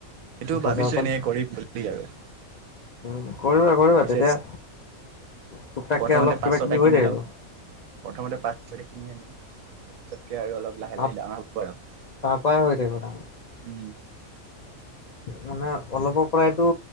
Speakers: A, on the right (about 70°); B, on the left (about 75°).
A: এইটো
B: বজাৰৰ
A: ভাবিছোঁ এনেকে কৰিম বুলি আৰু
B: উম কৰিবা কৰিবা
A: পইচা
B: তেতিয়া টুক টাককে
A: প্ৰথমতে
B: অলপ কিবা
A: পাঁচ ছটা
B: কিবি হৈ
A: কিনি
B: থাকিব
A: লম
B: অ
A: প্ৰথমতে পাঁচ ছটা কিনি আনিম। তাকে আৰু অলপ লাহে
B: তাপ
A: লাহে ডাঙৰ হব আৰু
B: তাৰ পায় হৈ থাকিব ডাঙৰ।
A: উম
B: মানে অলপৰ পৰাইতটো